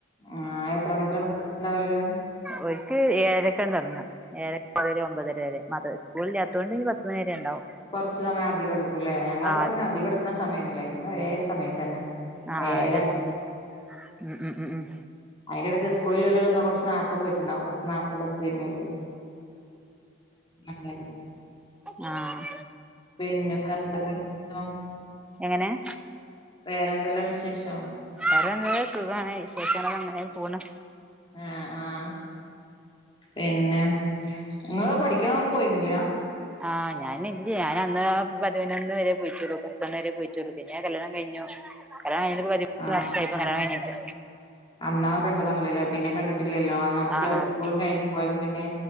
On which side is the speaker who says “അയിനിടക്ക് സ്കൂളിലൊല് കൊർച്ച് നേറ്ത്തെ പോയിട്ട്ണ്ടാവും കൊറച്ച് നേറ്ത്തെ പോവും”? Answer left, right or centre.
Left